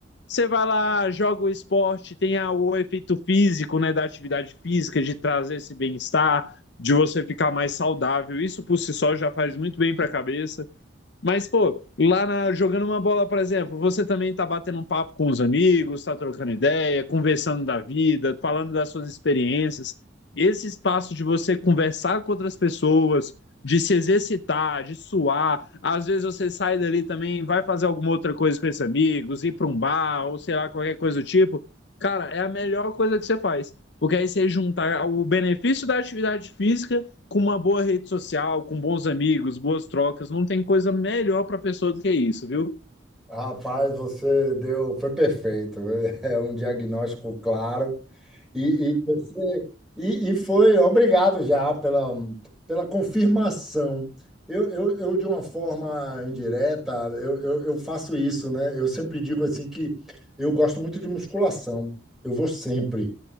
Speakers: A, on the left; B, in the centre.
A: você vai lá, joga o esporte, tem a- o efeito físico, né, da atividade física, de trazer esse bem-estar, de você ficar mais saudável. Isso por si só já faz muito bem para a cabeça. Mas, pô, lá na- jogando uma bola, por exemplo, você também tá batendo um papo com os amigos, tá trocando ideia, conversando da vida, falando das suas experiências. Esse espaço de você conversar com outras pessoas, de se exercitar, de suar. Às vezes você sai dali também, vai fazer alguma outra coisa com esses amigos, ir para um bar, ou sei lá, qualquer coisa do tipo. Cara, é a melhor coisa que você faz. Porque aí você juntar o benefício da atividade física com uma boa rede social, com bons amigos, boas trocas, não tem coisa melhor para a pessoa do que isso, viu?
B: Rapaz, você deu... Foi perfeito. <laughs> É um diagnóstico claro E, e você e, e foi obrigado já pela, pela confirmação. Eu, eu, eu, de uma forma indireta, eu, eu, eu faço isso, né? Eu sempre digo assim que eu gosto muito de musculação. Eu vou sempre.